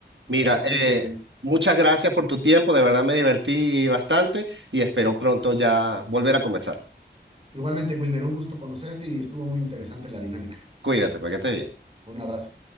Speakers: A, on the right (about 85°); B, on the right (about 30°).
A: Mira,
B: Me parece muy
A: eh,
B: bien.
A: muchas gracias por tu tiempo, de verdad me divertí bastante y espero pronto ya volver a conversar.
B: Igualmente, Wilmer, un gusto conocerte y estuvo muy interesante la dinámica.
A: Cuídate, para que estés bien.
B: Un abrazo.